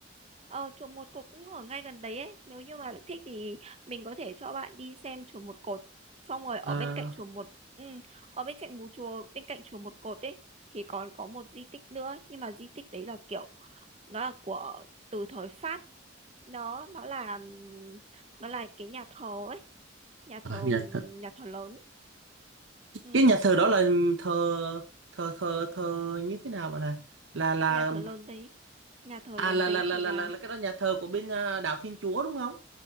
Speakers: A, on the right; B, on the right.
A: ờ chùa một cột cũng ở ngay gần đấy ấy nếu như mà bạn thích thì mình có thể cho bạn đi xem chùa một cột xong rồi ở
B: à,
A: bên cạnh chùa một ừ ở bên cạnh một chùa bên cạnh chùa một cột ấy thì còn có một di tích nữa nhưng mà di tích đấy là kiểu nó là của từ thời Pháp nó nó là nó là cái nhà thờ ấy nhà
B: à,
A: thờ
B: dạ
A: nhà thờ lớn ừ,
B: cái nhà thờ đó là thờ thờ thờ thờ như thế nào bạn à là là
A: nhà thờ lớn đấy nhà thờ
B: à
A: lớn
B: là
A: đấy
B: là là
A: thì
B: là,
A: là
B: là, là cái đó nhà thờ của bên à, đạo Thiên Chúa đúng không